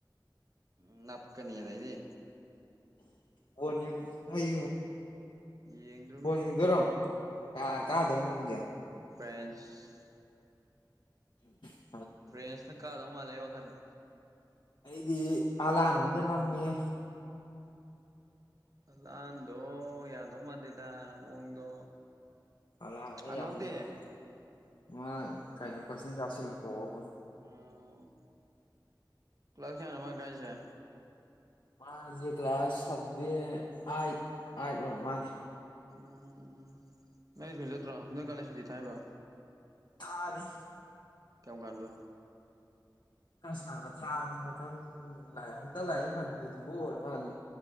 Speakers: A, on the right (about 50°); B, on the left (about 70°).
A: ꯎꯝ ꯅꯞ ꯀꯅꯤ ꯑꯗꯩꯗꯤ
B: ꯕꯣꯜ ꯌꯦꯡꯉꯨ ꯅꯣꯢ ꯌꯦꯡꯉꯨ
A: ꯌꯦꯡꯗ꯭ꯔꯨꯝꯅꯤ
B: ꯕꯣꯟ ꯌꯦꯡꯗꯣꯢꯔꯣ ꯀꯥꯅ ꯀꯗꯧ ꯃꯥꯟꯒꯦ
A: ꯐ꯭ꯔꯦꯟꯁ
B: ꯑ ꯍꯨꯝ
A: ꯐ꯭ꯟꯦꯁꯅ ꯀꯥꯗꯧ ꯃꯥꯜꯂꯦ ꯑꯩ ꯋꯥꯈꯟꯗ
B: ꯗꯤ ꯍꯂꯥꯟꯗꯤ ꯅꯝꯃꯤꯍꯦ
A: ꯍꯂꯥꯟꯗꯣ ꯌꯥꯗꯧ ꯃꯥꯟꯗꯦꯗ ꯃꯑꯣꯡꯗꯣ
B: ꯑꯂꯥꯟꯗꯤ
A: ꯑꯅꯥꯎꯗꯤ
B: ꯌꯥꯝ <unintelligible> ꯃꯥ ꯀꯩꯅꯣ ꯄꯁꯦꯟꯇꯥꯁꯨ ꯇꯣꯕꯟ
A: ꯎꯝ ꯀ꯭ꯂꯥꯁ ꯀꯌꯥꯅꯣ ꯃꯥ ꯀꯥꯢꯁꯦ
B: ꯃꯥꯁꯦ ꯀ꯭ꯂꯥꯁ ꯁꯕꯦꯟ ꯑꯥꯠ ꯑꯥꯠ ꯑꯣꯏꯔꯃꯥꯂꯦ
A: ꯎꯝ ꯎꯝ ꯅꯪ ꯁ꯭ꯀꯨꯜ ꯆꯠꯇ꯭ꯔꯣ ꯅꯣꯏ ꯀꯥꯂꯦꯟ ꯁꯨꯤꯇꯤ ꯊꯥꯏꯕ꯭ꯔꯣ
B: ꯊꯥꯔꯤ
A: ꯀꯃ ꯀꯥꯟꯗꯣ
B: ꯀꯁ ꯂꯥꯕ ꯊꯥꯅꯤ ꯃꯊꯪ ꯂꯥꯛꯑꯦ ꯍꯛꯇꯪ ꯂꯥꯛꯏ ꯃꯅꯤꯄꯨꯔꯁꯤꯕꯨ ꯑꯣꯏꯔꯃꯥꯟꯂꯦ